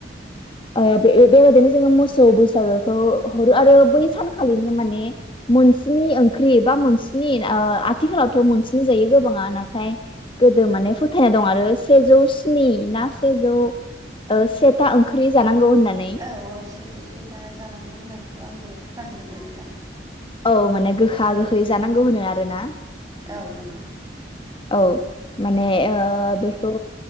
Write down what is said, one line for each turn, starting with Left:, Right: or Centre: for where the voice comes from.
Left: ओ बे बेबायदिनो जोङो मोसौ बैसागोखौ हरो आरो बै सानखालिनो माने मोनसिनि ओंख्रि बा मोनसेनि आ-आथिखालावथ' मोनसिनि जायो गोबाङा नाथाय गोदो माने फोथायनाय दं आरो सेजौ स्नि ना सेजौ ओ सेथा ओंख्रि जानांगौ होननानै
Right: औ औ सेजौ सेथा जानांगौ होननायखौ आंबो खोनानो मोनदों नोंथां
Left: औ माने गोखा गोखै जानांगौ होनो आरो ना
Right: औ नंगौ
Left: औ माने ओ बेखौ